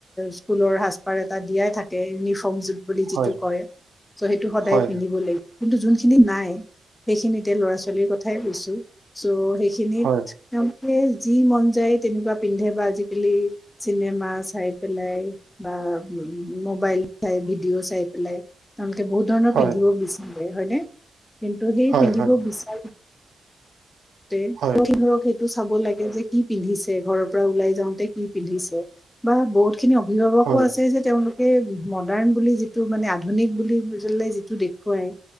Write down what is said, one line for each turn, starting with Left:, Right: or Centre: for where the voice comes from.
Left: স্কুলৰ সাজপাৰ এটা দিয়াই থাকে ইউনিফৰ্ম, জোটা- বুলি যিটো
Right: হয়,
Left: কয় ত' সেইটো সদায়
Right: হয়,
Left: পিন্ধিব লাগিব, কিন্তু যোনখিনি নাই সেইখিনিত- তে ল'ৰা ছোৱালীৰ কথাই কৈছো, চ' সেইখিনিত-
Right: হয়,
Left: তেওঁলোকে যি মন যায় তেনেকুৱা পিন্ধে বা আজিকালি- চিনেমা চাই পেলাই বা মোবাইল চাই ভিডিঅ' চাই পেলাই- তেওঁলোকে বহুত ধৰণৰ
Right: হয়।
Left: পিন্ধিব বিচাৰে হয়নে? কিন্তু সেই
Right: হয়
Left: পিন্ধিব
Right: হয়
Left: বিচাৰি- তে
Right: হয়
Left: <unintelligible> টো চাব লাগে যে কি পিন্ধিছে, ঘৰৰ পৰা ওলাই যাওঁতে কি পিন্ধিছে? বা বহুত- খিনি অভিভাৱকো
Right: হয়
Left: আছে যে তেওঁলোক- এ মডাৰ্ণ বুলি যিটো মানে আধুনিক বুজিলে যিটো দেখুৱাই-